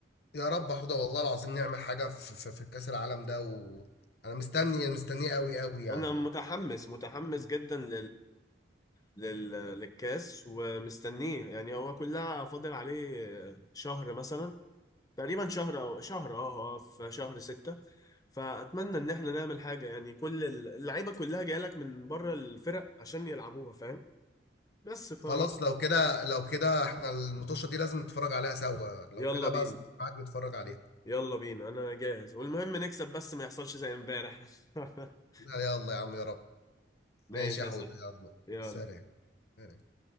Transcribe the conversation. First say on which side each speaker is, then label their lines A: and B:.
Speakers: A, on the left; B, on the left.
A: يا رب حوده والله العظيم نعمل حاجة في في, في كأس العالم ده وأنا مستني مستنيه قوي قوي يعني
B: انا متحمس متحمس جدا لل... للكاس ومستنيه يعني هو كلها فاضل عليه شهر مثلا تقريبا شهر او شهر اه اه في شهر ستة فاتمنى ان احنا نعمل حاجة يعني كل ال- اللعيبة كلها جايلك من بره الفرق عشان يلعبوها فاهم بس ف
A: خلاص لو كده لو كده احنا المطوشة دي لازم نتفرج عليها سوا لو
B: يلا
A: كده
B: بينا
A: بقى معاك نتفرج عليها
B: يلا بينا انا جاهز والمهم نكسب بس ما يحصلش زي امبارح <laughs>
A: لا يلا يا عم يا رب
B: ماشي
A: ماشي يا حوده
B: يا سلام
A: يلا
B: يلا
A: سلام سلام.